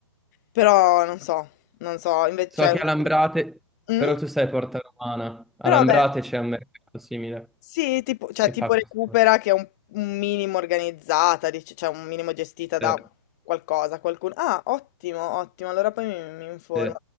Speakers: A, on the left; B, in the centre.
A: Però non so, non so, invece...
B: So
A: Cioè...
B: che a Lambrate,
A: Mm?
B: però tu sei a Porta Romana, a
A: Però
B: Lambrate
A: vabbè,
B: c'è un mercato simile
A: sì, tipo, cioè,
B: che
A: tipo
B: fa questo.
A: Recupera che è un, un minimo organizzata, dice, cioè un minimo gestita da
B: Sì.
A: qualcosa, qualcuno. Ah, ottimo, ottimo, allora poi mi, mi informo.
B: Sì,